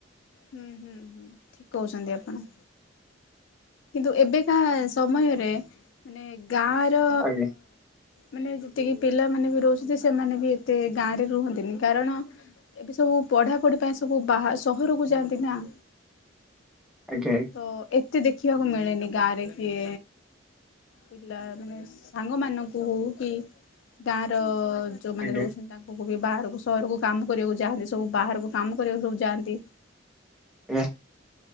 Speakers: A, on the left; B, in the centre.
A: ହୁଁ ହୁଁ ହୁଁ ଠିକ କହୁଛନ୍ତି ଆପଣ କିନ୍ତୁ ଏବେକା ସମୟରେ ମାନେ ଗାଁ ର
B: ଆଜ୍ଞା
A: ମାନେ ଯେତିକି ପିଲାମାନୋନ ବି ରହୁଛନ୍ତି ସେମାନେ ବି ଏତେ ଗାଁରେ ରୁହନ୍ତିନି କାରଣ ଏବେ ସବୁ ପଢାପଢି ପାଇଁ ସବୁ ବା ସହରକୁ ଯାଆନ୍ତି ନା
B: ଆଜ୍ଞା
A: ତ ଏତେ ଦେଖିବାକୁ ମିଳେନି ଗାଁରେ କିଏ। ପିଲା ମାନେ ସାଙ୍ଗ ମାନଙ୍କୁ ହଉ କି ଗାଁ ର। ଯେଉଁମାନେ
B: ଆଜ୍ଞା
A: ରହୁଛନ୍ତି ତାଙ୍କୁ ବି ବାହାରକୁ ସହରକୁ କାମ କରିବାକୁ ଯାଆନ୍ତି ସବୁ ବାହାରକୁ କାମ କରିବାକୁ ସବୁ ଯାଆନ୍ତି।
B: ଫ